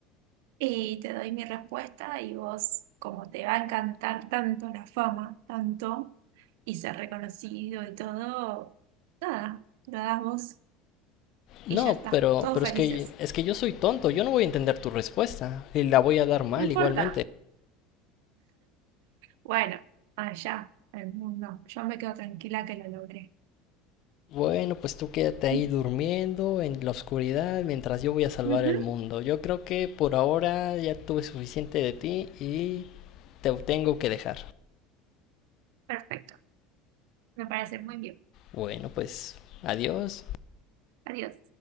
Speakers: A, on the right; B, on the left.
A: y te doy mi respuesta y vos, como te va a encantar tanto la fama, tanto, y ser reconocido y todo, nada, lo das vos
B: No,
A: y ya está,
B: pero,
A: todos
B: pero
A: felices.
B: es que es que yo soy tonto, yo no voy a entender tu respuesta y la voy a dar mal
A: No importa.
B: igualmente.
A: Bueno, allá, el mundo. Yo me quedo tranquila que lo logré.
B: Bueno, pues tú quédate ahí
A: <laughs>
B: durmiendo en la oscuridad mientras yo voy a salvar
A: Ujú,
B: el mundo. Yo creo que por ahora ya tuve suficiente de ti y te tengo que dejar.
A: Perfecto, me parece muy bien.
B: Bueno, pues adiós.
A: Adiós.